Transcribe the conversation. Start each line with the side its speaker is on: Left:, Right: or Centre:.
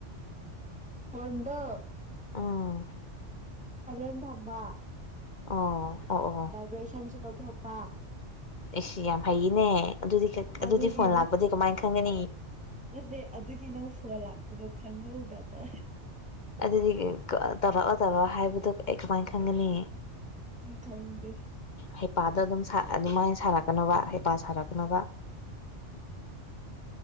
Centre: ꯐꯣꯟꯗꯣ꯫
Left: ꯑꯥ꯫
Centre: ꯁꯏꯂꯦꯟ ꯊꯝꯕꯥ꯫
Left: ꯑꯣ ꯑꯣ ꯑꯣ꯫
Centre: ꯕꯥꯏꯕꯦ ꯁꯟꯁꯨ ꯂꯧꯊꯣꯛꯄ꯫
Left: ꯑꯩ ꯌꯥꯝ ꯍꯩꯅꯦ ꯑꯗꯨꯗꯤ
Centre: ꯑꯗꯨꯒꯤ
Left: ꯑꯗꯨꯗꯤ ꯐꯣꯟ ꯂꯥꯛꯄꯗꯤ ꯀꯃꯥꯏꯅ ꯈꯪꯒꯅꯤ꯫
Centre: ꯑꯗꯨ ꯑꯗꯨꯒꯤ ꯅꯪ ꯐꯣꯟ ꯂꯥꯛꯄꯗꯣ ꯈꯪꯍꯧꯗꯕ꯫
Left: ꯑꯗꯨꯗꯤ ꯇꯧꯔꯛꯑꯣ ꯇꯧꯔꯛꯑꯣ ꯍꯥꯏꯕꯗꯨ ꯑꯩ ꯀꯃꯥꯏꯅ ꯈꯪꯒꯅꯤ꯫
Centre: ꯎꯝ ꯈꯪꯡꯗꯦ꯫
Left: ꯍꯩꯄꯥꯗꯣ ꯑꯗꯨꯝ ꯁꯥ ꯑꯗꯨꯃꯥꯏꯅ ꯁꯥꯔꯛꯀꯅꯣꯕ ꯍꯩꯄꯥ ꯁꯥꯔꯛꯅꯣꯕ꯫